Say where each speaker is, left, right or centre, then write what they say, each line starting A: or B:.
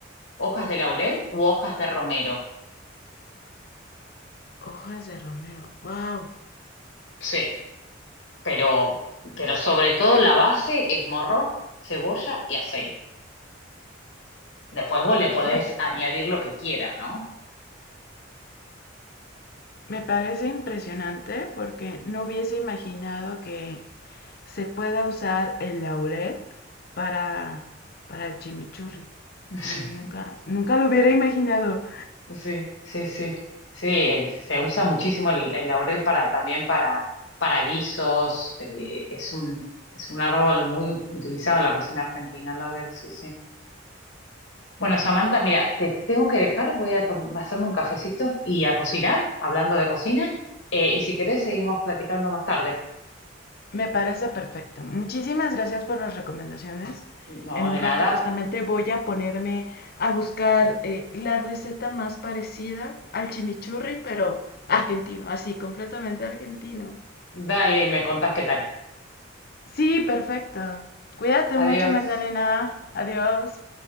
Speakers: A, on the left (about 70°); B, on the left (about 50°).
A: hojas de laurel u hojas de romero.
B: hojas de romero. Wow.
A: Sí, pero, pero sobre todo la base es morrón, cebolla y aceite. Después vos le podés
B: Me
A: añadir lo que quieras, ¿no?
B: Me parece impresionante porque no hubiese imaginado que se pueda usar el laurel para, para el chimichurri.
A: <laughs>
B: No, nunca, nunca lo hubiera imaginado.
A: Sí, sí, sí. Sí, eh, se usa muchísimo el, el laurel para también para, para guisos. eh, es un, es un árbol muy utilizado en la cocina argentina, el laurel, sí, sí. Bueno, Samantha, mira, te tengo que dejar, voy a tom- a hacerme un cafecito y a cocinar, hablando de cocina. eh, y si querés, seguimos platicando más tarde.
B: Me parece perfecto. Muchísimas gracias por las recomendaciones.
A: No,
B: En
A: de
B: un rato
A: nada.
B: justamente voy a ponerme a buscar eh, la receta más parecida al chimichurri, pero argentino, así, completamente argentino.
A: Dale, me contás qué tal.
B: Sí, perfecto. Cuídate mucho,
A: Adiós.
B: Magdalena. Adiós.